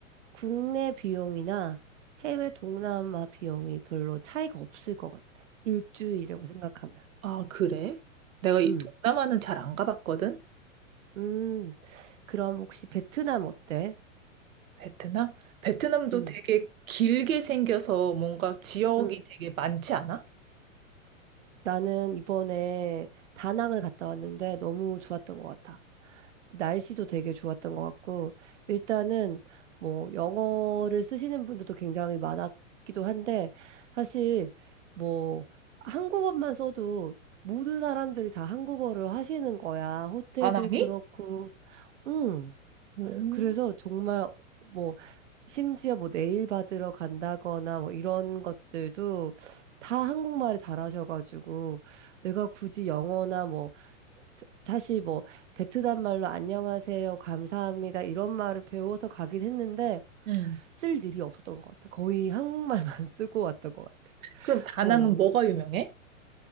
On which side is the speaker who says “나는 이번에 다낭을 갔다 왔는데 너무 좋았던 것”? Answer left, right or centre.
Right